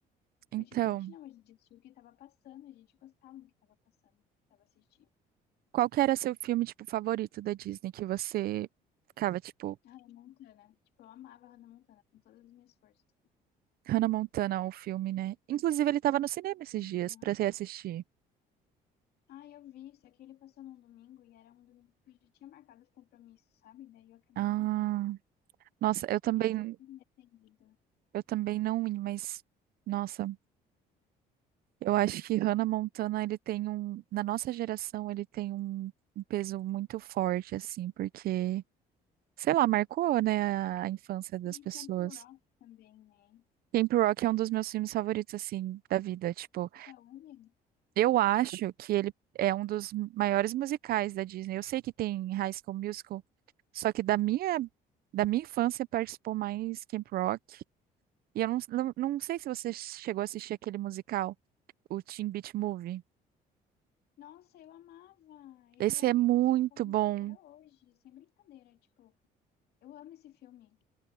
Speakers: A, on the right; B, on the left.
A: Então,
B: Antigamente não, a gente assistia o que tava passando, a gente gostava do que tava passando, do que tava assistindo.
A: qual que era seu filme, tipo, favorito da Disney que você ficava, tipo,
B: A Hannah Montana. Tipo, eu amava a Hannah Montana com todas as minhas forças.
A: Hannah Montana, o filme, né? Inclusive, ele tava no cinema esses
B: Eu
A: dias
B: vi Hannah-
A: pra você assistir.
B: Ah, eu vi, só que ele passou num domingo e era um domingo que eu já tinha marcado os compromissos, sabe? Daí eu acabei
A: Ah,
B: não indo,
A: nossa, eu também,
B: mas eu tinha atendido.
A: eu também não ia, mas, nossa, eu acho que Hannah Montana, ele tem um, na nossa geração, ele tem um, um peso muito forte, assim, porque, sei lá, marcou, né, a a infância das
B: E
A: pessoas.
B: Camp Rock também, né?
A: Camp Rock é um dos meus filmes favoritos, assim, da vida. Tipo,
B: Até hoje.
A: eu acho que ele é um dos maiores musicais da Disney. Eu sei que tem High School Musical, só que da minha, da minha infância participou mais Camp Rock. E eu não, não, não sei se você chegou a assistir aquele musical, o Teen Beach Movie.
B: Nossa, eu amava! Ele
A: Esse
B: é um
A: é muito
B: dos meus filmes favoritos
A: bom.
B: até hoje, sem brincadeira. Tipo, eu amo esse filme.